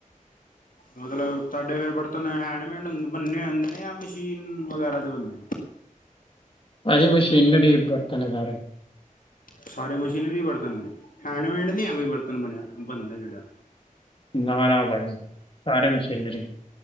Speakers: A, on the left; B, on the left.
A: ਮਤਲਬ ਤਾਡੇ ਫਿਰ ਬਰਤਨ ਹੈਂਡਮੇਡ ਬੰਨੇ ਹੁੰਦੇ ਨੇ, ਜਾਂ ਮਸ਼ੀਨ ਵਗੈਰਾ ਦੇ ਬੰਨੇ ਨੇ?
B: ਪਾਜੀ ਮਸ਼ੀਨੜੀ ਬਰਤਨ ਏ ਸਾਰੇ।
A: ਸਾਰੇ ਮਸ਼ੀਨਰੀ ਬਰਤਨ ਨੇ, ਹੈਂਡਮੇਡ ਨਈ ਐ, ਕੋਈ ਬਰਤਨ ਬਣਿਆ, ਬਣਦਾ ਜਿਹੜਾ
B: ਨ, ਨਾ ਬਾਈ ਸਾਰੇ ਮਸ਼ੀਨਰੀ